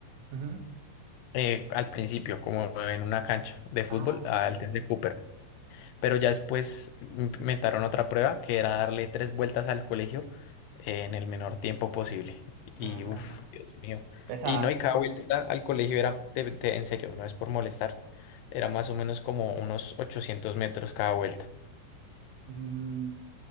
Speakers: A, on the right (about 80°); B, on the left (about 75°).
A: ujú.
B: eh, al principio, como en una cancha de
A: Ah,
B: fútbol,
A: ok,
B: al test
A: vale.
B: de Cooper. Pero ya después inventaron otra prueba que era darle tres vueltas al colegio eh, en el menor tiempo posible. Y
A: Ah,
B: uff, Dios mío.
A: pesa
B: Y no,
A: ah,
B: y cada vuelta al colegio era, te- te- en serio, no es por molestar, era más o menos como unos 800 metros cada vuelta.
A: mm,